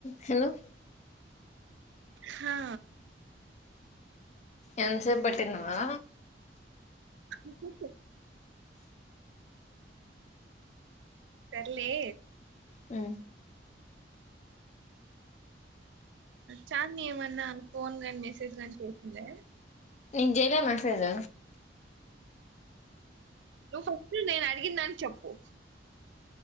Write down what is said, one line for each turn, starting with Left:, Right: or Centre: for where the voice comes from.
Left: హలో
Right: హా
Left: ఎంతసేపు పట్టినావా
Right: హ్ సర్లే
Left: ఆ
Right: చాంద్ ఏమన్నా ఫోన్ గాని మెసేజ్ కాని చేసిందా
Left: నేను చేయలే మెసేజ్
Right: నువ్వు ఫస్ట్ నేను అడిగిందానికి చెప్పు